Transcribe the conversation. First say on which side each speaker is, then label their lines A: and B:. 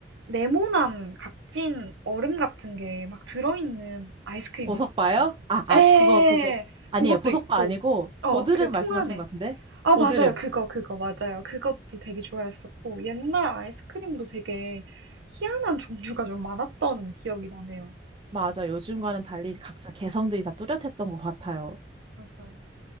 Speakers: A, on the right; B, on the right.
A: 네모난 각진 얼음 같은 게 막 들어있는 아이스크림
B: 보석바요?
A: 있었거든요.
B: 아, 아,
A: 에,
B: 저 그거, 그거. 아니에요.
A: 그것도
B: 보석바
A: 있고,
B: 아니고,
A: 어,
B: 고드름
A: 그 통
B: 말씀하신
A: 안에.
B: 것 같은데?
A: 아,
B: 고드름.
A: 맞아요. 그거, 그거, 맞아요. 그것도 되게 좋아했었고, 옛날 아이스크림도 되게 희한한 종류가 좀 많았던 기억이 나네요.
B: 맞아. 요즘과는 달리 각자 개성들이 다 뚜렷했던 것 같아요.
A: 맞아요.